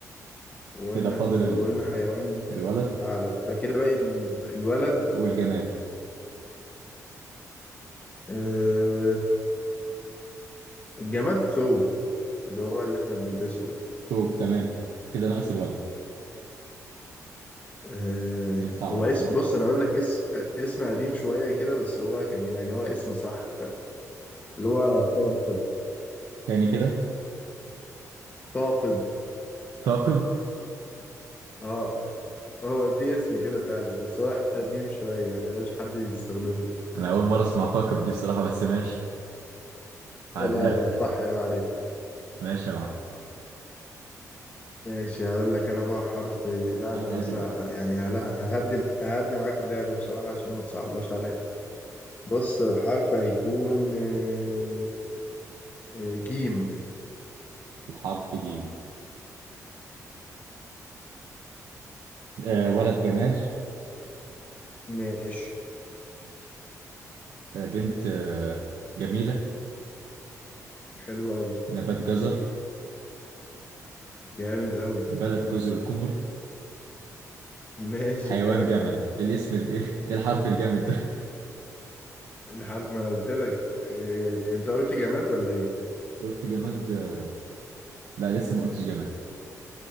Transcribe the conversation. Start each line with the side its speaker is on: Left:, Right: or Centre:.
Left: وقلنا
Right: كده فاضل ال-
Left: وقلنا حيوان
Right: الولد
Left: ثعلب بقى كده باقي ال- الولد
Right: والجماد
Left: آه، الجماد ثوم اللي هو اللي احنا بنلبسه ده
Right: ثوب تمام كده ناقص الولد
Left: آه،
Right: هي صعبة
Left: هو
Right: دي
Left: اسم
Right: بصراحة
Left: بص انا اقول لك اسم اسم قديم شوية كده بس هو كان يعني هو اسم صح اللي هو ثاقب
Right: تاني كده
Left: ثاقب
Right: ثاقب
Left: اه <laughs> هو في اسم كده فعلا بس هو قديم شوية يعني مبقاش حد بيستخدمه
Right: انا اول مرة اسمع ثاقب دي بصراحة بس ماشي هعديها
Left: لا
Right: لك
Left: لا صح يا عليك
Right: ماشي يا معلم
Left: ماشي هقول لك انا بقى حرف لا
Right: على
Left: انا
Right: الهادي
Left: هس-
Right: بقى
Left: يعني هلا- ههدي ههدي معاك اللعب بصراحة عشان ما تصعبهاش عليا بص حرف هيكون آه، آه، جيم
Right: الحرف جيم آه ولد جمال
Left: ماشي
Right: آه، بنت آه، جميلة
Left: حلو قوي
Right: نبات جزر
Left: جامد قوي
Right: بلد جزر القمر
Left: <laughs> ماشي
Right: حيوان
Left: جامد
Right: جمل إيه الاسم ال- <laughs> ايه الحرف الجامد ده
Left: الحرف ما انا قلت لك آه، انت قلت جماد ولا ايه
Right: <laughs> قلت جماد آه، لا لسه ما قلتش جماد